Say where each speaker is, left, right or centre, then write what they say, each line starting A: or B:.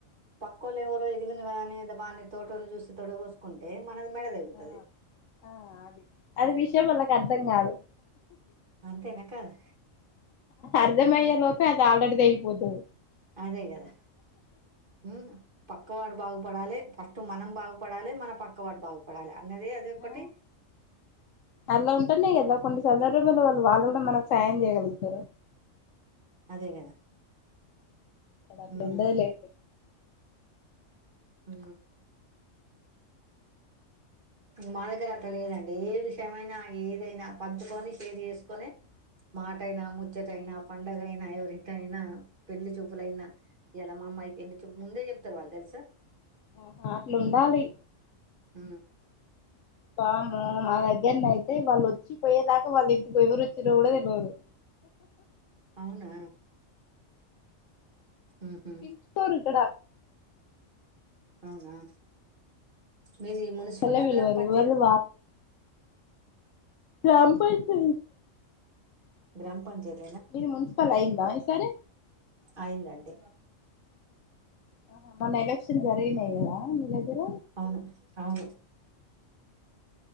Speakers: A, on the right (about 40°); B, on the left (about 75°).
A: పక్కోళ్లు ఎవరో ఎద నే వనే తోటోను చూసి తోడ పోసుకుంటే మనది మెడ తెగుతది
B: ఆ అది అది విషయం వాళ్ళకి అర్థం కాదు
A: అంతేనా కదా
B: అర్ధమయ్యే లోపే అది ఆల్రెడీది అయిపో వదుదు
A: అదే కదా ప పక్క వాడు బాగుపడాలి ఫస్ట్ మనం బాగుపడాలి మన పక్క వాడు బాగుపడాలి అన్నది అది ఒకటి
B: ఆ అలా ఉంటానే కదా కొన్ని సందర్భంద వాళ్ళు వాళ్ళు కూడా మనకు సాయం చేయగల క
A: అదే కదా
B: కడ అక్కడు
A: ఉమ్
B: లేలట్
A: ఉ ఇ మా దగ్గర అట్లా లేదండి ఏ విషయమైనా ఏదైనా పంచుకొని షేర్ చేసుకొని మాట అైనా ముచ్చటైనా పండగ అయినా ఎవరింటి అయినా పెళ్లి చూపులైనా ఎలా మా అమ్మాయి పెళ్లి చూపు ముందే చెప్తారు వాళ్ళు తెలుసా
B: ఆహా అట్లు ఉండాలి
A: ఆ
B: బాముో మా దగ్గరని అయితే వాళ్ళు వచ్చిపోయేదాకా వాళ్ళు ఇంటికి ఎవరు వచ్చినా కూడా తెలిదు
A: అవునా ఉహు
B: పిలుసుుకోవరు ఇక్కడ
A: ఆ ఆ మీది మున్సిపల్
B: అసలే పిలవరు
A: గ్రామ పంచాయత్
B: ఎవరిది రాం పంచా
A: గ్రామ పంచయత్
B: ఇది మున్సిపల్ అయిందా ఈ సారి
A: అయిందండి
B: ఆహా మొన్న ఎలక్షన్ జరిగినాయి్ కదా మీ దగ్గర
A: అవును అవును